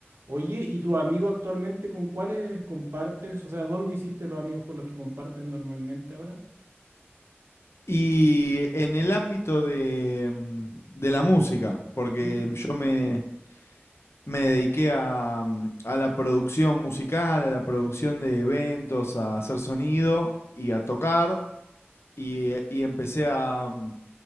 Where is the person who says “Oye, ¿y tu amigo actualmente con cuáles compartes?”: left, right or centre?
Right